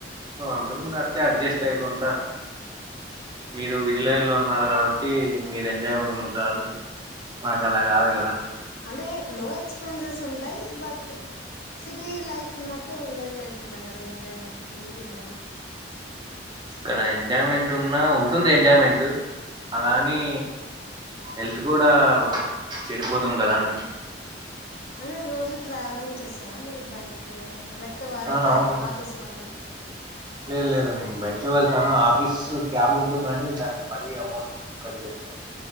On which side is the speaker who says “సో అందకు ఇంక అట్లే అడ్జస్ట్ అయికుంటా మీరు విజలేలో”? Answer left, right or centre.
Right